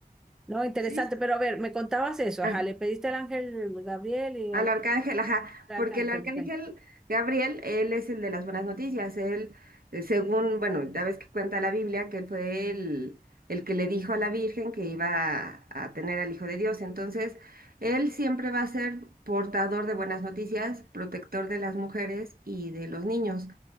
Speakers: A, in the centre; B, on the right.
A: No, interesante,
B: sí.
A: pero a ver, me contabas eso,
B: Ah.
A: ajá, le pediste al ángel Gabriel y
B: Al
A: al,
B: arcángel, ajá,
A: al
B: porque
A: arcángel,
B: el arcángel
A: ok.
B: Gabriel, él es el de las buenas noticias, él, eh, según, bueno, ya ves que cuenta la Biblia, que él fue el, el que le dijo a la Virgen que iba a, a tener al Hijo de Dios, entonces, él siempre va a ser portador de buenas noticias, protector de las mujeres y de los niños.